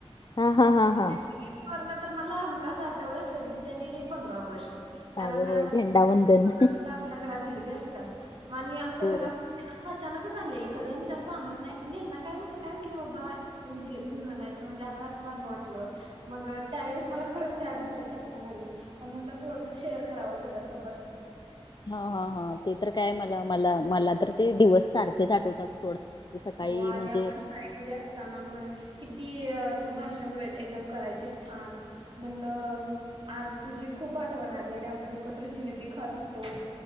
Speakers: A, on the left; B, on the right.
A: हा हा हा
B: आणि
A: हा
B: त्या जिलेबी वरणच तर मला हमकास आठवला सव्वीस जानेवारी पंधरा ऑगस्ट. कारण
A: अगं होय
B: <unintelligible>
A: झेंडावंदन
B: आपल्या घरात जिलेबी असत्या. <unintelligible> <unintelligible> आमच्या
A: हो
B: घरात अचानकच आणलेली, कधी आम्ही जास्त आणत नाय, ह्यांना काय म्हटलं, काय झालं बाबा तुम्ही जिलेबी घेऊन आलाय, तर म्हणलं अगं असंच आणू वाटलं, मग त्यावेळेस मला खरंच, त्या दिवसाची आठवण आली, म म्हटलं थोडस शेअर करावं तुझ्यासोबत.
A: हा हा हा, ते तर काय मला, मला, मला तर ते दिवस सारखेच आठवतात सोड. सकाळी
B: हो आणि
A: म्हणजे
B: आपण शाळेमध्ये असताना मन किती की, तू भाषण एकदम करायचीस छान, म्हणलं आज तुझी खूप आठवण आली. आणि आपण एकत्र जिलेबी खात हुतो.